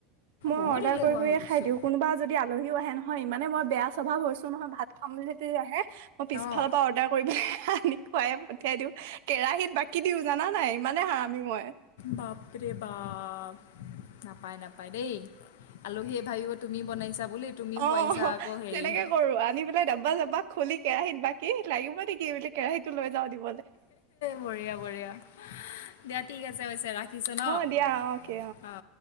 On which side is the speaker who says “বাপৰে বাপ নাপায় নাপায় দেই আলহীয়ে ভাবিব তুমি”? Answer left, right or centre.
Left